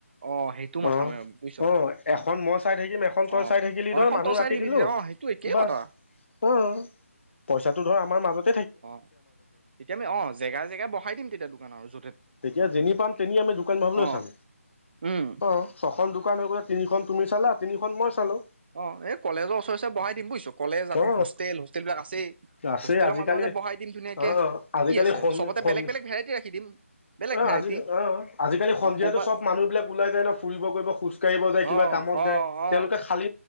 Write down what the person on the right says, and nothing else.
অ সেইটো মাথা
মাৰিম বুজিছ
অ
অ
এখন
তই চাই
থাকিবি
তেতিয়া অ সেইটো একেই
কথা
অঁ তেতিয়া আমি অঁ জেগা জেগাই বহাই দিম তেতিয়া দোকান <unintelligible>
অ
উম
অঁ এই কলেজৰ ওচৰে ওচৰে বহাই দিম বুজিছো কলেজ আকৌ
হোষ্টেল হোষ্টেল বিলাক আছেই
হোষ্টেলৰ
মাজে মাজে বঢ়াই দিম ধুনীয়াকে
কি আছে
সবতে
বেলেগ বেলেগ ভেৰাইটি ৰাখি দিম বেলেগ
ভেৰাইটি
অ ক'বা
অ
অ
অ